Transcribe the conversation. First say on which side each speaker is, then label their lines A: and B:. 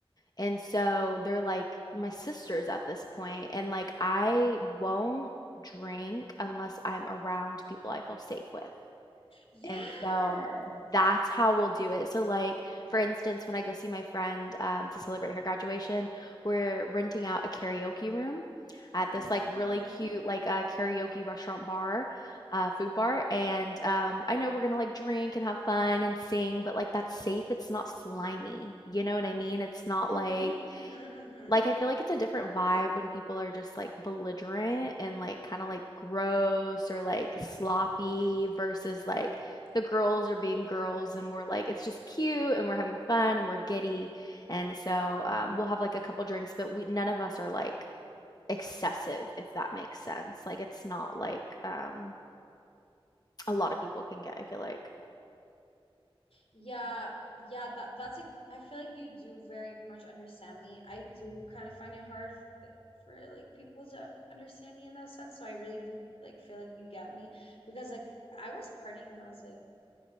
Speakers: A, on the left; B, on the left.
A: And so they're like my sisters at this point. And like I won't drink unless I'm around people I feel safe with.
B: Yes.
A: And so that's how we'll do it. So, like, for instance, when I go see my friend um, to celebrate her graduation, we're renting out a karaoke room at
B: Mm-hmm,
A: this like really
B: mm-hmm.
A: cute like a karaoke restaurant bar, uh, food bar. And um, I know we're gonna like drink and have fun and sing, but like that's safe. It's not slimy. You know what I mean? It's not
B: Mm-hmm,
A: like
B: mm-hmm, mm-hmm.
A: like, I feel like it's a different vibe when people are just like belligerent and like kind of like gross or like sloppy versus like the girls are being girls and we're like, it's just cute and we're having fun and we're giddy. And so um, we'll have like a couple drinks, but we none of us are like excessive, if that makes sense. Like, it's not like um, a lot of people can get, I feel like.
B: Yeah, yeah, that that's a I feel like you do very much understand me. I do kind of find it hard th- for like people to understand me in that sense, so I really do like feel like you get me because like I was partying when I was like